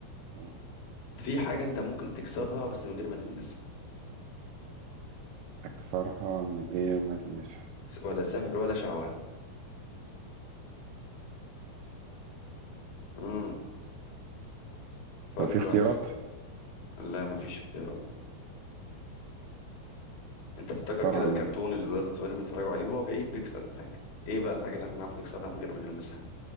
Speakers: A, on the right; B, on the left.
A: آه.
B: في حاجة أنت ممكن تكسرها بس من غير ما تلمسها
A: أكسرها من غير ما ألمسها
B: س- ولا سحر ولا شعوذة امم فكر
A: طب في اختيارات
B: لا مفيش اختيارات انت افتكر
A: أكسرها
B: كده الكرتون
A: من
B: اللي الولاد الصغيرين بيتفرجوا عليه وهو بعيد بيكسر الحاجه ايه بقى الحاجه اللي احنا نعرف نكسرها من غير ما نلمسها